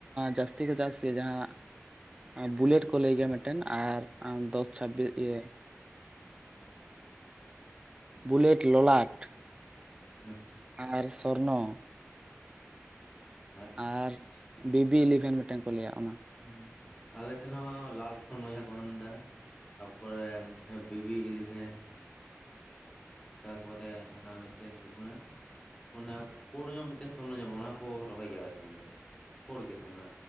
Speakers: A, on the right (about 20°); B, on the left (about 20°).
A: ᱡᱟᱹᱥᱛᱤ ᱠᱚ ᱪᱟᱥ ᱜᱮᱭᱟ ᱡᱟᱦᱟᱸ᱾ ᱵᱩᱞᱮᱴ ᱠᱚ ᱞᱟᱹᱭ ᱜᱮᱭᱟ ᱢᱤᱫᱴᱮᱱ ᱟᱨ ᱫᱚᱥ ᱪᱷᱟᱵᱵᱤᱥ ᱤᱭᱟᱹ ᱵᱩᱞᱮᱴ ᱞᱚᱞᱟᱴ
B: ᱟᱪᱪᱷᱟ
A: ᱟᱨ ᱥᱚᱨᱱᱚ
B: ᱦᱮᱸ
A: ᱟᱨ ᱵᱤᱵᱤ ᱤᱞᱮᱵᱷᱮᱱ ᱢᱤᱫᱴᱮᱱ ᱠᱚ ᱞᱟᱹᱭᱟ ᱚᱱᱟ
B: ᱦᱮᱸ ᱟᱞᱮ ᱥᱮᱮᱫ ᱦᱚᱸ ᱞᱟᱞ ᱥᱩᱱᱱᱚ ᱡᱟᱦᱟᱸᱷᱟ ᱠᱚ ᱢᱮᱱᱫᱟ ᱛᱟᱯᱚᱨᱮ ᱵᱤᱵᱤ ᱤᱞᱤᱵᱷᱮᱱ ᱛᱟᱯᱚᱨᱮ ᱚᱱᱟ ᱢᱤᱫᱴᱮᱱ ᱪᱤᱠᱩᱱᱟ ᱚᱱᱟ ᱯᱳᱲ ᱧᱚᱜ ᱢᱤᱫᱴᱮᱱ ᱥᱚᱨᱱᱚ ᱧᱟᱢᱚᱜ ᱚᱱᱟ ᱠᱚ ᱨᱚᱦᱚᱭ ᱜᱮᱭᱟ ᱟᱞᱮ ᱥᱮᱱ ᱫᱚ ᱯᱩᱲ ᱜᱮ ᱛᱚ ᱢᱟᱱᱮ